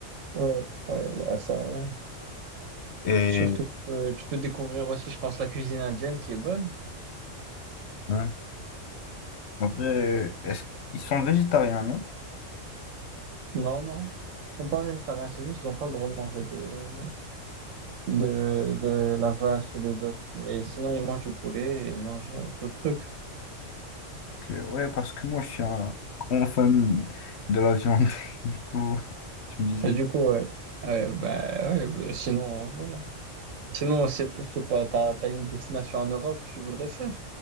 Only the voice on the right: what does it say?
ouais, ouais, ouais, ça, ouais.
Surtout, tu peux, tu peux découvrir aussi, je pense, la cuisine indienne qui est bonne.
Non, non. Ils sont pas végétariens, c'est juste qu'ils n'ont pas le droit de manger de, de, de la vache et le bœuf. Mais sinon, ils mangent du poulet et ils mangent euh, d'autres trucs.
Et du coup, ouais. Ouais, bah, ouais, bah, sinon, euh, voilà. Sinon, c'est, je sais pas, t'as, t'as une destination en Europe que tu voudrais faire?